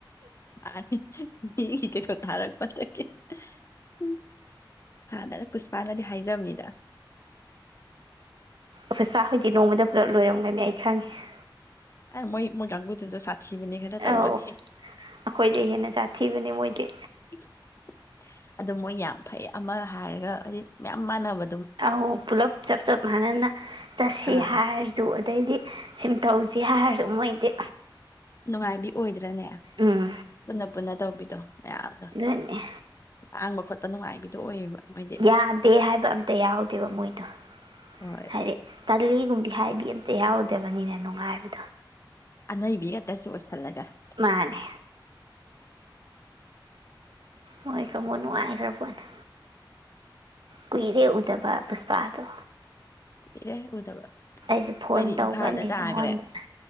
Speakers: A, on the left; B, on the right.
A: <unintelligible> ꯍꯥꯏꯖꯝꯅꯤꯗ
B: ꯑꯣꯐꯩꯖꯥ ꯍꯣꯏꯗꯤ ꯅꯣꯡꯃꯗ ꯄꯨꯂꯞ ꯂꯣꯏꯔꯝꯒꯅꯤ ꯑꯩ ꯈꯪꯉꯦ
A: ꯑꯦ ꯃꯣꯏ ꯃꯣꯏ ꯀꯥꯡꯕꯨꯗꯨꯁꯨ ꯁꯥꯊꯤꯕꯅꯦ ꯈꯔ ꯇꯧꯕꯅꯤ
B: ꯑꯧ ꯑꯩꯈꯣꯏꯗꯩ ꯍꯦꯟꯅ ꯁꯥꯊꯤꯕꯅꯦ ꯃꯣꯏꯗꯤ
A: <inaudible> ꯑꯗꯣ ꯃꯣꯏ ꯌꯥꯝ ꯐꯩ ꯑꯃ ꯍꯥꯏꯔꯒ ꯍꯥꯏꯗꯤ ꯃꯌꯥꯝ ꯃꯥꯟꯅꯕ
B: ꯑꯥꯎ ꯄꯨꯂꯞ ꯆꯞ ꯆꯞ ꯃꯥꯟꯅꯅ ꯆꯠꯁꯤ
A: ꯑꯥ
B: ꯍꯥꯏꯔꯁꯨ ꯑꯗꯩꯗꯤ ꯁꯤꯝꯇꯧꯁꯤ ꯍꯥꯏꯔꯁꯨ ꯃꯣꯏꯗꯤ
A: ꯅꯨꯡꯉꯥꯏꯕꯤ ꯑꯣꯏꯗ ꯗꯅꯦ
B: ꯎꯝ
A: ꯄꯨꯟꯅ ꯄꯨꯟꯅ ꯇꯧꯕꯤꯗꯣ ꯃꯌꯥꯝꯗꯣ
B: ꯑꯗꯨꯅꯦ
A: <unintelligible> ꯈꯣꯠꯄ ꯅꯨꯉꯥꯏꯕꯤꯗꯣ ꯑꯣꯏꯌꯦꯕ ꯃꯣꯏꯗꯤ
B: ꯌꯥꯗꯦ ꯍꯥꯏꯕ ꯑꯝꯇ ꯌꯥꯎꯗꯦꯕ ꯃꯣꯏꯗꯣ
A: ꯍꯣꯏ
B: ꯍꯥꯏꯗꯤ ꯇꯜꯂꯤꯒꯨꯝꯕꯤ ꯍꯥꯏꯕꯤ ꯑꯝꯇ ꯌꯥꯎꯗꯦ ꯅꯤꯅ ꯅꯨꯡꯉꯥꯏꯕꯗꯣ
A: ꯑꯅꯩꯕꯤꯒ <unintelligible>
B: ꯃꯥꯅꯦ ꯃꯣꯏ ꯀꯥꯡꯕꯨ ꯅꯨꯡꯉꯥꯏꯒ꯭ꯔꯄꯣꯠꯅꯤ ꯀꯨꯏꯔꯦ ꯎꯗꯕ ꯄꯨꯁꯄꯥꯗꯣ
A: ꯀꯨꯏꯔꯦ ꯎꯗꯕ
B: ꯑꯩꯁꯨ ꯐꯣꯟ
A: ꯃꯣꯏꯗꯤ
B: ꯇꯧꯕꯅꯤ
A: ꯏꯝꯐꯥꯜꯗ ꯇꯥꯈ꯭ꯔꯦ
B: ꯃꯉꯣꯟꯗ